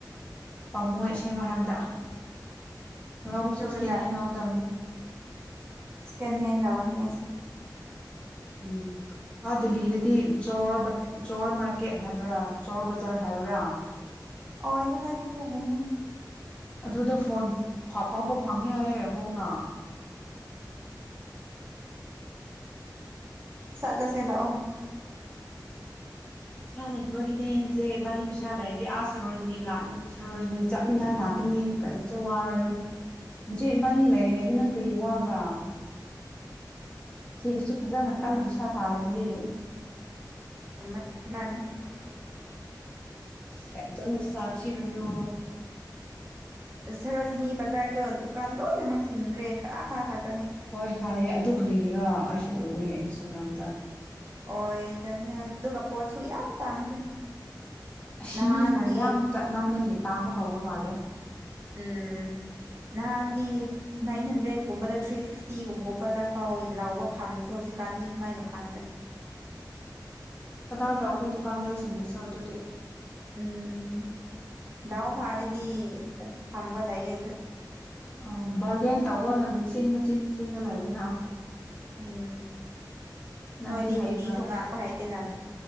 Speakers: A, on the left; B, on the right.
A: ꯄꯥꯝꯃꯣꯏ ꯑꯁꯦꯡꯕ ꯍꯥꯏꯕꯗ ꯂꯧꯔꯁꯨ
B: <unintelligible>
A: ꯁꯦꯀꯦꯟ ꯍꯦꯟ ꯂꯧꯒꯗꯕꯅꯤ
B: ꯁꯦꯀꯦꯟ ꯍꯦꯟ ꯂꯧꯅꯤ ꯍꯥꯏꯁꯤ
A: ꯎꯝ ꯑ ꯗꯦꯂꯤꯗꯗꯤ ꯆꯣꯔ ꯃꯥꯔꯀꯦꯠ ꯍꯥꯏꯕ꯭ꯔꯥ ꯆꯣꯔ ꯕꯖꯥꯔ ꯍꯥꯏꯕ꯭ꯔꯥ
B: <unintelligible>
A: ꯑꯗꯨꯗ ꯐꯣꯟ ꯐꯥꯎꯕ ꯐꯪꯉꯦ ꯍꯥꯏꯌꯦ ꯍꯣꯡꯅ
B: ꯆꯠꯂꯁꯦ ꯂꯥꯛꯑꯣ
A: ꯄꯩꯁꯥ ꯂꯩꯇꯕꯒꯤꯅꯦ ꯅꯆꯦ ꯏꯕꯥꯅꯤ ꯄꯩꯁꯥ ꯂꯩꯔꯗꯤ ꯑꯥ ꯁꯔꯣꯖꯤꯅꯤ ꯂꯥꯛ ꯁꯔꯣꯖꯤꯅꯤ ꯆꯠꯅꯤꯡꯉꯥꯏ ꯂꯥꯛꯀꯅꯤ ꯀꯔꯤꯝꯇ ꯋꯥꯔꯅꯨ ꯏꯆꯦ ꯏꯕꯥꯅꯤ ꯂꯩꯔꯤꯉꯩꯗ ꯅꯪ ꯀꯔꯤ ꯋꯥꯕ꯭ꯔꯥ ꯁꯤꯗꯁꯨ ꯐꯖꯅ ꯀꯟꯅ ꯄꯩꯁꯥ ꯇꯥꯜꯂ ꯁꯤꯗꯤ
B: <unintelligible>
A: ꯀꯇ ꯅꯅꯨꯡꯁꯁꯤꯔꯅꯣ
B: ꯁꯔꯣꯖꯤꯅꯤ ꯕꯖꯥꯔꯗꯣ ꯗꯨꯀꯥꯟ ꯂꯣꯏꯅꯃꯛ ꯊꯤꯡꯈ꯭ꯔꯦ ꯈꯔ ꯈꯛ
A: ꯍꯣꯏ ꯍꯥꯏꯑ ꯑꯗꯨ ꯀ꯭ꯔꯤꯒꯤꯔꯥ ꯑꯩꯁꯨ ꯎꯋꯦ ꯏꯟꯁꯇꯥꯒ꯭ꯔꯥꯝꯗ
B: ꯑꯣꯏꯗꯕꯅꯤ ꯑꯗꯨꯒ ꯄꯣꯠꯁꯨ ꯌꯥꯝ ꯇꯥꯡꯈ꯭ꯔꯦ
A: ꯑꯁ
B: ꯅꯍꯥꯟꯗꯤ
A: ꯃꯤꯅ ꯌꯥꯝ ꯆꯠ ꯃꯥꯟꯕꯒꯤ ꯇꯥꯡꯕ ꯍꯥꯎꯕ ꯃꯥꯂꯦ
B: ꯎꯝ ꯅꯍꯥꯟꯗꯤ ꯅꯥꯏꯟ ꯍꯟꯗ꯭ꯔꯦꯗꯀꯨꯝꯕꯗ ꯊ꯭ꯔꯤ ꯐꯤꯐꯇꯤꯒꯨꯝꯒꯨꯝꯕꯗ ꯐꯥꯎꯋꯤ ꯂꯥꯎꯕ ꯐꯪꯕꯗꯣ ꯍꯧꯖꯤꯛꯀꯥꯟꯗꯤ ꯁꯨꯃꯥꯏꯅ ꯐꯪꯗ꯭ꯔꯦ
A: ꯀꯗꯔ ꯇꯧꯈ꯭ꯔꯦ ꯗꯨꯀꯥꯟꯗꯥꯔꯁꯤꯡꯗꯨꯁꯨ ꯑꯗꯨꯗꯤ
B: ꯎꯝ ꯗꯥꯎ ꯐꯥꯔꯗꯤ ꯐꯪꯕ ꯂꯩꯌꯦꯗ
A: ꯑ ꯕꯥꯔꯒꯦꯟ ꯇꯧꯕꯅ ꯃꯆꯤꯟ ꯃꯆꯤꯟ ꯃꯆꯤꯟꯗ ꯂꯩꯔꯦꯅ
B: ꯎꯝ
A: ꯅꯪꯗꯤ
B: ꯅꯣꯏꯗꯤ
A: ꯍꯩꯕ꯭ꯔꯥ
B: ꯍꯤꯟꯗꯤꯁꯨ ꯉꯥꯡꯕ ꯍꯩ ꯏꯟꯅ